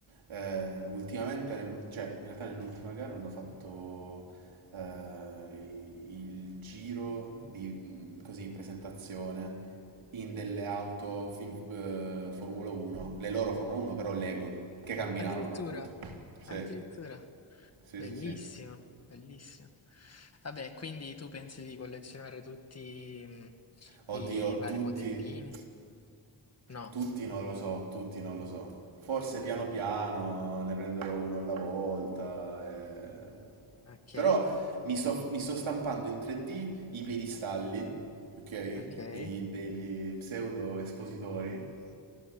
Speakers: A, on the right; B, on the left.
A: Eh, ultimamente, nell'ul- cioè, in realtà nell'ultima gara hanno fatto eh, i- il giro di mm, così, presentazione in delle auto in, eh, Formula 1, le loro Formula 1 però Lego, che camminavano
B: Addirittura,
A: appunto. Sì,
B: addirittura.
A: sì,
B: Bellissimo,
A: sì, sì.
B: bellissimo. Vabbè, quindi tu pensi di collezionare tutti mh,
A: Oddio,
B: i vari
A: tutti,
B: modellini? No,
A: tutti non lo so, tutti non lo so. Forse piano piano ne prenderò uno alla volta. eh.
B: ok,
A: Però mi sto, mi sto stampando in 3D i piedistalli, ok?
B: ok.
A: Quindi degli pseudo espositori